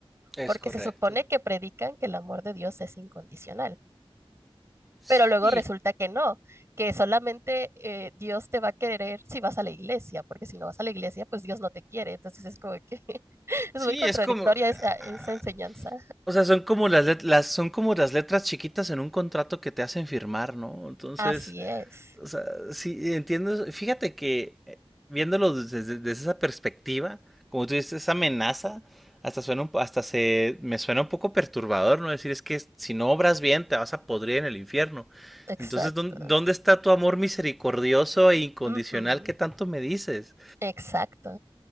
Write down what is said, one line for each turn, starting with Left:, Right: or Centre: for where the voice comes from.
Centre: Es
Right: Porque
Centre: correcto.
Right: se supone que predican que el amor de Dios es incondicional,
Centre: Sí.
Right: pero luego resulta que no, que solamente eh, Dios te va a querer si vas a la iglesia, porque si no vas a la iglesia, pues Dios no te quiere. Entonces es como que <laughs> es
Centre: Sí,
Right: muy contradictoria
Centre: es como.
Right: esa esa
Centre: ah,
Right: enseñanza.
Centre: O sea, son como las, let- las- son como las letras chiquitas en un contrato que te hacen firmar, ¿no? Entonces,
Right: Así es.
Centre: O sea, sí, entiendo. eso. Fíjate que eh, viéndolo desde, desde esa perspectiva, como tú dices, esa amenaza, hasta suena un po- hasta se me suena un poco perturbador, ¿no? Decir, es que si no obras bien, te vas a podrir en el infierno.
Right: Exacto.
Centre: Entonces, ¿dón- ¿dónde está tu amor misericordioso e incondicional
Right: Ujú,
Centre: que tanto me dices?
Right: Exacto.